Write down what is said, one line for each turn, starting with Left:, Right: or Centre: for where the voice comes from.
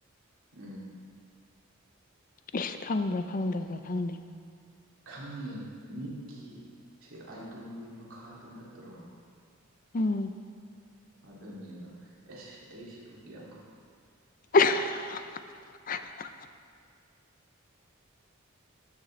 Right: ꯎꯝ
Left: ꯏꯁ ꯈꯪꯕ꯭ꯔꯥ ꯈꯪꯗꯕ꯭ꯔꯥ ꯈꯪꯗꯦ
Right: ꯈꯪꯉꯦ ꯃꯤꯠꯀꯤ ꯁꯦ ꯑꯥꯏꯕ꯭ꯔꯨꯒꯤ ꯃꯈꯥꯗ ꯅꯠꯇ꯭ꯔꯣ
Left: ꯎꯝ
Right: ꯑꯗꯨꯅꯦꯕ ꯑꯦꯁ ꯑꯩꯁꯤꯕꯨꯛ ꯌꯥꯝ
Left: <unintelligible>